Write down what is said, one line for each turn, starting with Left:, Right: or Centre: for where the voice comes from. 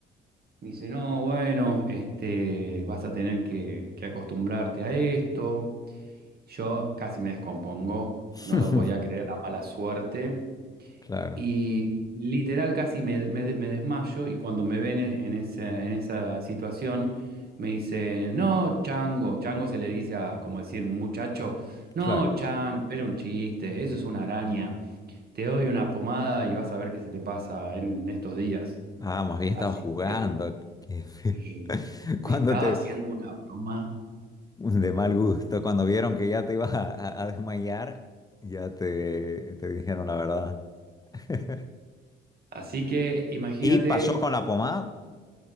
Right: Me dice, no, bueno, este, vas a tener que, que acostumbrarte a esto. Yo casi me descompongo,
Left: <laughs>
Right: no lo podía creer, la mala suerte.
Left: Claro,
Right: Y literal casi me, me- me desmayo y cuando me ven en, en esa, en esa situación me dice, no, chango, chango se le dice a, como decir, muchacho, no,
Left: claro.
Right: chango, era un chiste, eso es una araña, te doy una pomada y vas a ver qué se te pasa en en estos días.
Left: Ah, más bien
Right: Así
Left: estaba jugando.
Right: que
Left: Qué feo.
Right: eh,
Left: <laughs> Cuando
Right: me estaba
Left: te,
Right: haciendo una broma.
Left: de mal gusto, cuando vieron que ya te ibas a, a- a desmayar, ya te, te dijeron la verdad. <laughs>
Right: Así que imagínate.
Left: ¿Y pasó con la pomada?